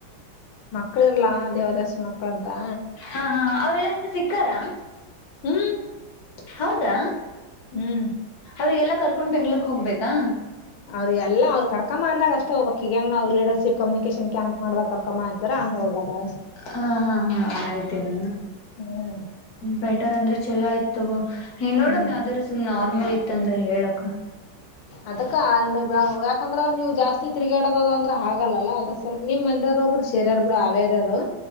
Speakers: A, on the left; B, on the left.
A: ಮಕ್ಕಳ ಇಲ್ಲಾ ದೇವದಾಸಿ ಮಕ್ಕಳಂತಾ
B: ಹಾ ಹಾ ಅವ್ರೆಲ್ಲಾ ನಿನ್ನ ಸಿಕ್ಕಾರಾ
A: ಹ್ಮ್
B: ಹೌದಾ
A: ಹ್ಮ್
B: ಅವ್ರಿಗೆಲ್ಲ ಕರ್ ಕಕೊಂಡ್ ಬೆಂಗ್ಳೂರ ಹೋಗ್ಬೇಕಾ
A: ಅವ್ರ ಎಲ್ಲ ಅವರು ಕರೆಕ್ ಕರ್ಮ್ಮ ಅಂದಾಗ ಅಷ್ಟೇ ಹೋಗ್ಬೇಕಕ್ ಈಗ ಹೆಂಗಗೆ ನಾವು ಲೀಡರ್ಶಿಪ್ ಕಮ್ಯುನಿಕೇಶನ್ ಕ್ಯಾಂಪ್ ಮಾಡ ಕರ್ಕಮ್ಮ ಅಂತಾರೆ ಹಂಗ ಹೋಗದ
B: ಹಾ ಹಾ ಆ ರೀತಿನ
A: ಹ್ಮ್
B: ಬೆಟರ್ ಅಂದ್ರೆ ಚಲೋ ಆಯತಗೋ ನೀ ನೋಡಮ್ಮಿ
A: ಹ್ಮ್.
B: ಅದ್ರ ಸುಮ್ ನಾರ್ಮಲ್ ಇ ಇತ್ತಂದ್ರೆ ಹೇಳಕ್ಕ <inaudible>
A: ಅದಕ್ಕ ಯಾಕಂದ್ರ ನೀವು ಜಾಸ್ತಿ ತಿರ್ಗಾಡದದ ಅಂದ್ರ ಆಗಲ್ಲಾ ಅದ ನಿಮ್ಮ ಮಂದಾರ ಒಬ್ರು ಸೇರ್ಯಾರ್ ಬಿಡು ಅವ್ಯಾರ್ಯಾರು